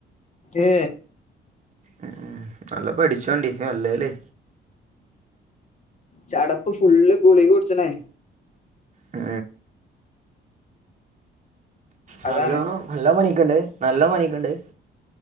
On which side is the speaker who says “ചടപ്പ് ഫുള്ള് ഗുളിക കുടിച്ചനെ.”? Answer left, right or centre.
Left